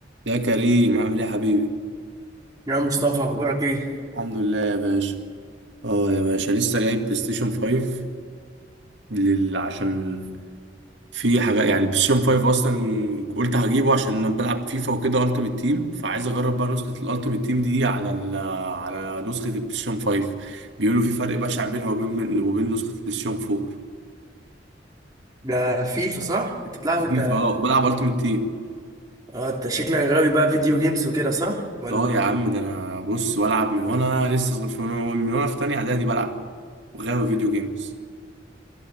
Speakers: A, on the right; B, on the right.
A: يا كريم عامل ايه يا حبيبي
B: يا عم مصطفى اخبارك ايه
A: الحمد لله يا باشا اه يا باشا لسه جايب بلاي ستيشن 5 لل... عشان في حاجه يعني البلاي ستيشن 5 اصلا قلت هجيبه عشان انا بلعب فيفا وكده التيمت تيم فعايز اجرب بقى نسخه الالتيمت تيم دي على ال... على نسخه البلاي ستيشن 5 بيقولوا في فرق بشع بينها وبين وبين نسخه البلاي ستيشن 4
B: ده فيفا صح انت بتلعب
A: في فيفا
B: انت
A: اه بلعب التيمت تيم
B: اه انت شكلك غاوي بقى فيديو جيمز وكده صح ولا
A: اه يا عم ده انا بص بلعب من وانا لسه صغير من وانا من وأنا في تانية اعدادي بلعب وغاوي فيديو جيمز